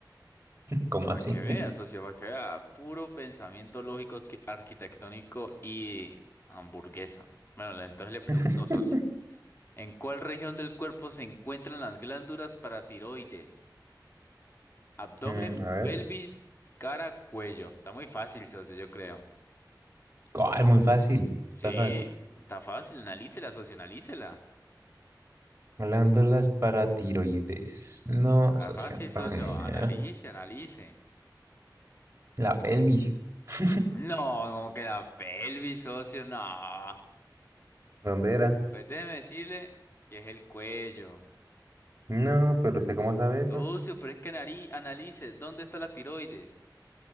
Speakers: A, on the right; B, on the left.
A: ¿Cómo
B: Para
A: así?
B: que veas, socio, para que vea. Puro pensamiento lógico, arqui- arquitectónico y hamburguesa. Bueno, le- entonces le
A: <laughs>
B: pregunto, socio. ¿En cuál región del cuerpo se encuentran las glándulas paratiroides? Abdomen,
A: Mm, a ver.
B: pelvis, cara, cuello. Está muy fácil, socio, yo creo.
A: Ah, es muy fácil.
B: Sí,
A: What the fuck.
B: está fácil. Analícela, socio, analícela.
A: Glándulas paratiroides. No,
B: Está
A: socio,
B: fácil,
A: no,
B: socio.
A: tengo ni
B: Analice,
A: idea.
B: analice.
A: La pelvis. <laughs>
B: No, como que la pelvis, socio, no.
A: ¿Dónde era?
B: Pues déjeme decirle que es el cuello.
A: No, pero ¿usted cómo sabe eso?
B: Socio, pero es que anari- analice, ¿dónde está la tiroides?